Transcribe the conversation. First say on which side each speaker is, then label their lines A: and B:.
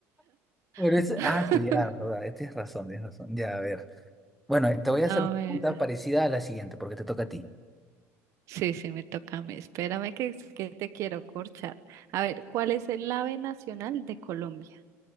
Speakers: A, in the centre; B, on the right.
A: Pero
B: <laughs>
A: es, ah, sí, ya, verdad, eh, tienes razón, tienes razón. Ya, a ver. Bueno, eh, te voy a
B: A
A: hacer una
B: ver,
A: pregunta parecida a la siguiente porque te toca a ti.
B: sí, sí, me toca a mí. Espérame que, es que te quiero corchar. A ver, ¿cuál es el ave nacional de Colombia?